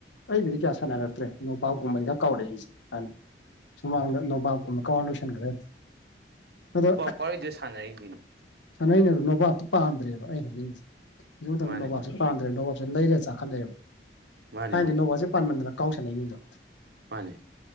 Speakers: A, on the left; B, on the right.
A: ꯑꯩ ꯕꯨꯗꯤ ꯀꯌꯥ ꯁꯥꯟꯅꯔꯛꯇ꯭ꯔꯦ ꯅꯣꯕꯥꯞ ꯒꯨꯝꯕꯗꯤ ꯀꯥꯎꯔꯛꯑꯦ ꯑꯩꯁꯦ ꯅꯤ ꯁꯨꯃꯥꯡꯗ ꯅꯣꯕꯥꯞꯀꯨꯝꯕ ꯀꯥꯏꯔ ꯂꯣꯏꯁꯟꯈ꯭ꯔꯦ ꯑꯗꯣ
B: ꯍꯣꯏꯗ ꯁꯥꯟꯅꯔꯤꯗꯨꯅꯤ <inaudible>
A: ꯁꯥꯟꯅ ꯑꯩꯅ ꯅꯣꯕꯥꯞꯇꯣ ꯄꯥꯝꯗ꯭ꯔꯦꯕ ꯑꯩꯅꯅꯤꯡꯁꯦ ꯃꯇꯝ
B: ꯃꯥꯅꯦ
A: ꯅꯣꯕꯥꯇ
B: ꯃꯥꯅꯦ
A: <inaudible> ꯄꯥꯟꯗ꯭ꯔꯦꯕ ꯅꯣꯕꯥꯣꯞꯁꯦ ꯂꯩꯔꯒ ꯆꯥꯛꯈꯠꯂꯛꯑꯦꯕ
B: ꯃꯥꯅꯦ
A: ꯊꯥꯏꯅꯗꯤ ꯅꯣꯕꯥꯞꯁꯦ ꯄꯥꯟꯃꯟꯗꯅ ꯀꯥꯎ ꯁꯥꯟꯅꯩꯅꯤꯗꯣ
B: ꯃꯥꯅꯤ